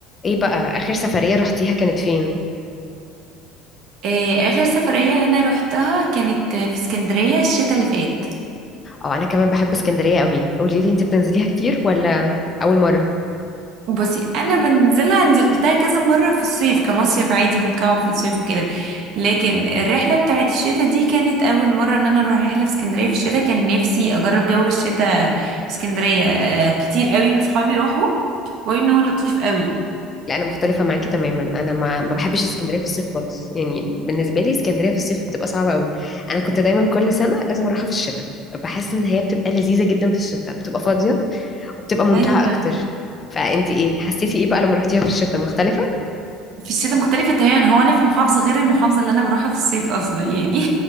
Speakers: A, on the left; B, on the right.
A: ايه بقى اخر سفرية رحتيها كانت فين
B: آه، آخر سفرية أنا روحتها كانت في اسكندرية الشتاء اللي فات
A: اه انا كمان بحب اسكندرية قوي قولي لي انت بتنزليها كتير ولا اول مرة
B: بصي أنا بنزلها نزلتها كذا مرة في الصيف كمصيف عادي بنطلعوا في الصيف وكده لكن الرحلة بتاعت الشتاء دي كانت أول مرة إن أنا أروح رحلة في اسكندرية في الشتاء كان نفسي أجرب جو الشتاء في اسكندرية آه، كتير قوي من صحابي راحوا وقالوا إن هو لطيف قوي
A: لا انا مختلفة معاكي تماما انا ما ما بحبش اسكندرية في الصيف خالص يعني بالنسبة لي اسكندرية في الصيف بتبقى صعبة قوي انا كنت دايما كل سنة لازم اروحها في الشتاء بحس ان هي بتبقى لذيذة جدا في الشتاء بتبقى فاضية وبتبقى ممتعة
B: أيوة
A: اكتر فانت ايه حسيتي ايه بقى لما رحتيها في الشتاء مختلفة
B: في الشتاء مختلفة تماما هو أنا في محافظة غير المحافظة اللي أنا بروحها في الصيف أصلا يعني